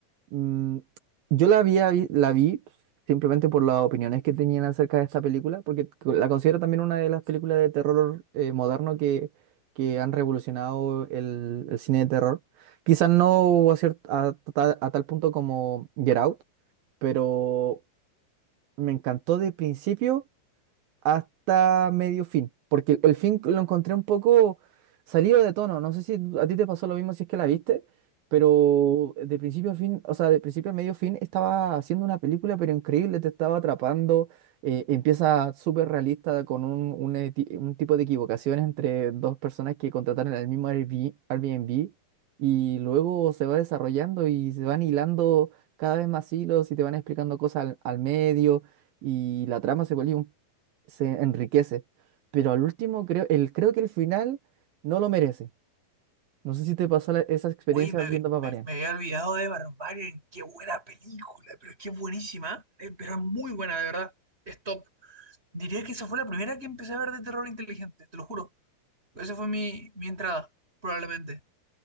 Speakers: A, on the right (about 80°); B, on the right (about 15°).
A: mm, yo la había vi, la vi simplemente por las opiniones que tenían acerca de esta película, porque co- la considero también una de las películas de terror eh, moderno que, que han revolucionado el, el cine de terror. Quizás no a, cier- a tal, a tal punto como Get Out, pero me encantó de principio hasta medio fin, porque el, el fin lo encontré un poco salido de tono. No sé si a ti te pasó lo mismo si es que la viste, pero de principio a fin, o sea, de principio a medio fin estaba haciendo una película, pero increíble, te estaba atrapando. eh, empieza súper realista con un, un eti- un tipo de equivocaciones entre dos personas que contrataron el mismo Airbnb, Airbnb, y luego se va desarrollando y se van hilando cada vez más hilos y te van explicando cosas al al medio y la trama se volvió se enriquece. Pero al último, creo, el, creo que el final no lo merece. No sé si te pasó la- esa experiencia
B: Oye, me,
A: viendo
B: habí-
A: Paparian.
B: me, me había olvidado de Barbarian. Qué buena película, pero es que es buenísima. ¿eh? Eh, pero es muy buena, de verdad. Es top. Diría que esa fue la primera que empecé a ver de terror inteligente, te lo juro. Esa fue mi, mi entrada, probablemente.